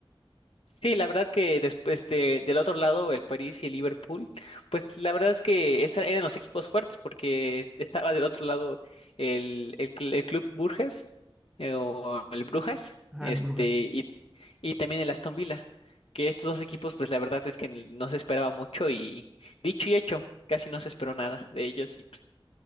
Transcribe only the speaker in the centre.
Ajá,
el Brujas.